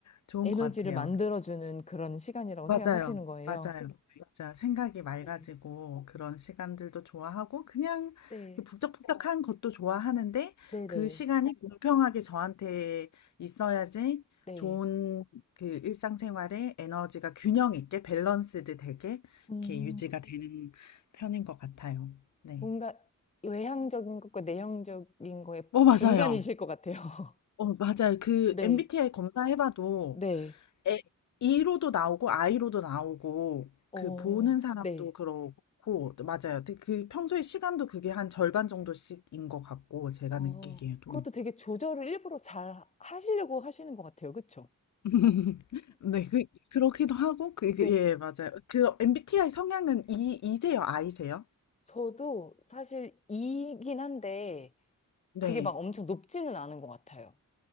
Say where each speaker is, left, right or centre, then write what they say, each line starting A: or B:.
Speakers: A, on the left; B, on the left.
A: 좋은
B: 에너지를
A: 것 같아요.
B: 만들어주는 그런 시간이라고
A: 맞아요.
B: 생각하시는 거예요.
A: 맞아요. 아 맞아. 생각이 맑아지고
B: 네.
A: 그런 시간들도 좋아하고 그냥
B: 네.
A: 이렇게 어. 북적북적한 것도 좋아하는데
B: 네네.
A: 그 시간이 네. 공평하게 저한테 있어야지
B: 네.
A: 좋은 그 일상생활에 에너지가 균형 있게 밸런스드 되게
B: 음.
A: 이렇게 유지가 되는 편인 것 같아요. 네.
B: 뭔가 외향적인 것과 내향적인 거의
A: 어, 맞아요.
B: 중간이실 것 같아요. <laughs>
A: 어, 맞아요. 그
B: 네,
A: MBTI 검사해봐도
B: 네,
A: 에, E로도 나오고 I로도 나오고
B: 어,
A: 그 보는 사람도
B: 네.
A: 그렇고 또 맞아요. 근데 그 평소에 시간도 그게 한 절반 정도씩인 것 같고 제가
B: 어,
A: 느끼기에도.
B: 그것도 되게 조절을 일부러 잘 하시려고 하시는 것 같아요. 그쵸?
A: <laughs> 네, 그 그렇기도 하고 그
B: 네.
A: 그- 예, 맞아요. 그 MBTI 성향은 E E세요, I세요?
B: 저도 사실 이긴 한데
A: 네.
B: 그게 막 엄청 높지는 않은 것 같아요.